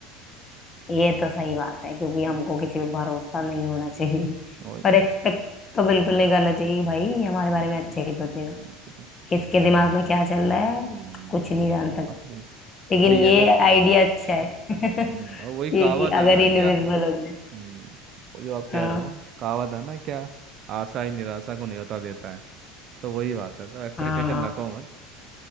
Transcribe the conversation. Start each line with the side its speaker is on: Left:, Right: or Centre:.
Left: हैं। ये तो सही बात है क्योंकि हमको
Right: हैं
Left: किसी पे भरोसा नहीं होना चाहिए
Right: और
Left: और एक्सपेक्ट तो बिल्कुल नहीं करना चाहिए कि भाई ये हमारे
Right: हम्म,
Left: बारे में अच्छे ही सोचेगा
Right: ये तो
Left: किसके दिमाग में क्या चल रहा है
Right: हम्म
Left: कुछ नहीं जान सकते
Right: बात रही
Left: लेकिन
Right: वही है
Left: ये
Right: ना
Left: आइडिया अच्छा है <laughs>
Right: हम्म और वही कहावत
Left: ये कि
Right: है
Left: अगर
Right: ना
Left: इनविजिबल
Right: क्या
Left: हो जाए
Right: हम्म वो जो आप कह
Left: हाँ
Right: रहे हो कहावत है ना क्या आशा ही निराशा को न्योता देता है तो वही बात है तो एक्साइटेशन
Left: हाँ
Right: रखो मत